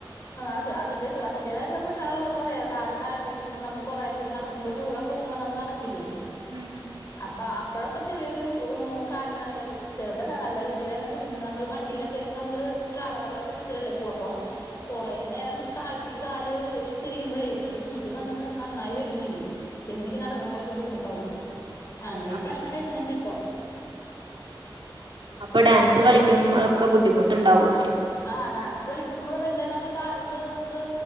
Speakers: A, on the left; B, on the right.
A: അത് അതിന്റെ ഒരു അതിന്റതായിട്ടുള്ള പ്രശ്നള്ളോ ഒന്ന പറയാ കാല് താഴ്ത്തി കിട്ടിരിക്കുമ്പോ നമ്മള് കൊറേ ദൂരം നടക്കുമ്പോ ടൂറൊക്കെ പോകുമ്പോ നമ്മള് നടക്കില്ലേ
B: ഉം
A: അപ്പ അപ്പോഴൊക്കെ ചെറിയൊരു കാല നല്ലൊരു ചെറ അല്ല രീതിയിലന്നെ ബുദ്ധിമു് നമ്മൾണ്ടയിലൊക്കെ ഇരു നമ്മൾ ട്രാവലർ ഒക്കെ വിളിച്ചിട്ടല്ലേ പോും അപ്പോൾ കുറ നേരം തായ് തേക്ക് കാല് ഇട്ടിരിക്കുമ്പയേ ന നീര് വന്ന് നന്നായി വെരും നീര് പിന്നെ നിക്ക് നടക്കാൻ കുറച്ചു ബുദ്ദിമുട്ടാവും അങ്ങനൊരു
B: അത്
A: പ്രശ്നം വരുന്നിണ്ടിപ്പോ
B: അപ്പോ ഡാൻസ് കളിക്കും അതൊക്കെ ബുദ്ദിമുട്ടുണ്ടാകും ട്ടോ
A: ആ ഡാൻസ് കളിക്കുമ്പോ വെന്തോ നമ്മക്ക് കാലോ ണ്ട് നമുക്ക്